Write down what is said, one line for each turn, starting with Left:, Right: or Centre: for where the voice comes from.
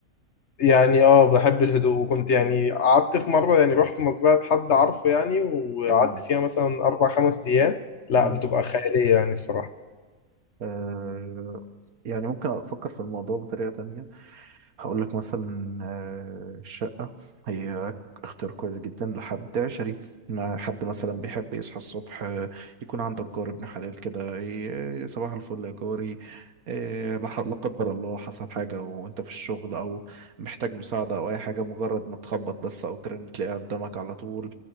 Left: يعني اه بحب الهدوء وكنت يعني قعدت في مرة يعني رحت مزرعة حد عارفه يعني وقعدت
Right: مم.
Left: فيها مثلا أربع خمس أيام لا
Right: مم.
Left: بتبقى خيالية يعني الصراحة
Right: آه يعني ممكن أفكر في الموضوع بطريقة تانية هقول لك مثلا آه، الشقة هي اختيار كويس جدا لحد عشري ما حد مثلا بيحب يصحى الصبح آه، يكون عندك جار ابن حلال كده ي- صباح الفل يا جاري آه، لا ح- لا قدر الله حصل حاجة وانت في الشغل او محتاج مساعدة او اي حاجة مجرد ما تخبط بس او ترن تلاقيه قدامك على طول